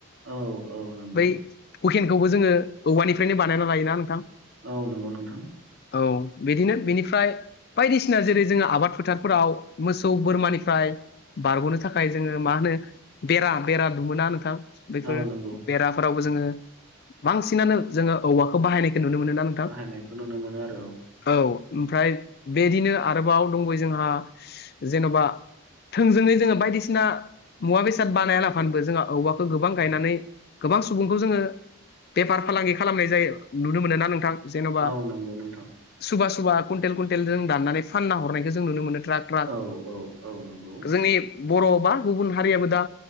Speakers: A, on the right; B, on the left.
A: औ औ नों।
B: बै हुकेनखौबो जोङो औवानिफ्रायनो बानायना लायोना नोंथां।
A: औ नंगौ नोंथां।
B: औ बिदिनो बेनिफ्राय बायदिसिना जेरै जोङो आबाद फोथारफोराव मोसौ बोरमानिफ्राय बारग'नो थाखाय जोङो मा होनो बेरा बेरा दुमोना नोंथां बैफोर
A: औ नंगौ
B: बेराफोरावबो जोङो बांसिनानो जोङो औवाखौ बाहायनाय नुनो मोनो ना नोंथां
A: बाहायनायखौ नुनो मोनो आरो
B: औ। ओमफ्राय बेदिनो आरोबाव दंबयो जोंहा जेन'बा थोंजोङै जोङो बायदिसिना मुवा बेसाद बानायला फानोबो जोंहा औवाखौ गोबां गायनानै गोबां सुबुंखौ जोङो बेफार फालांगि खालामनाय जायो नुनो मोनो ना नोंथां। जेन'बा
A: औ नंगौ नोंथां
B: सुबा सुबा कुन्टेल कुइन्टेल जों दाननानै फानना हरनायखौ जों नुनो मोनो। ट्राक ट्राक
A: औ औ औ नंगौ
B: जोंनि बर' बा गुबुन हारियाबो दा